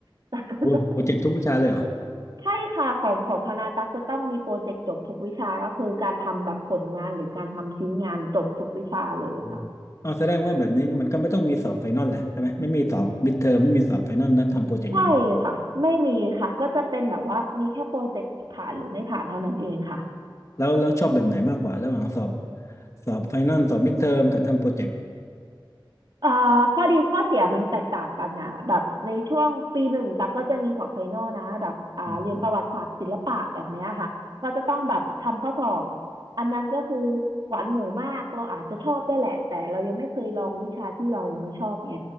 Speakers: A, on the right; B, on the left.
A: <laughs> ตักก็จะ
B: โอ้ยโปรเจกต์ทุกวิชาเลยเหรอ
A: ใช่ค่ะของของคณะตักจะต้องมีโปรเจกต์จบทุกวิชาก็คือการทำแบบผลงานหรือการทำชิ้นงานจบทุกวิชาเลยค่ะ
B: อืมอ๋อแสดงว่าแบบนี้มันก็ไม่ต้องมีสอบไฟนอลแหละใช่ไหมไม่มีสอบมิดเทอมไม่มีสอบไฟนอลถ้าทำโปรเจกต์อย่างนี้
A: ใช่ค่ะ ไม่มีค่ะก็จะเป็นแบบว่ามีแค่โปรเจกต์ผ่านหรือไม่ผ่านเท่านั้นเองค่ะ
B: แล้วแล้วชอบแบบไหนมากกว่าระหว่างสอบสอบไฟนอลสอบมิดเทอมกับทำโปรเจกต์
A: เอ่อข้อดีข้อเสียมันแตกต่างกันนะแบบในช่วงปีหนึ่งตักก็จะมีสอบไฟนอลนะแบบอ่าเรียนประวัติศาสตร์ศิลปะแบบเนี้ยค่ะก็จะต้องแบบทำข้อสอบ
B: อืม
A: อันนั้นก็คือหวานหมูมากเราอาจจะชอบได้วยแหละแต่เรายังไม่เคยลองวิชาที่เรายังไม่ชอบไง